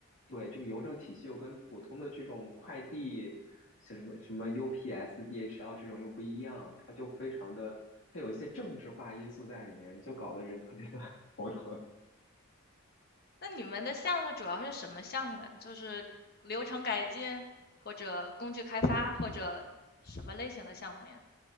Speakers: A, on the left (about 60°); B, on the left (about 45°).
A: 对这个邮政体系又跟普通的这种快递，像什么什么 UPS、DHL 这种又不一样，它就非常的，它有一些政治化因素在里面，就搞得人特别的 <laughs> 头疼。
B: 那你们的项目主要是什么项目呀？就是流程改进，或者工具开发，或者什么类型的项目呀？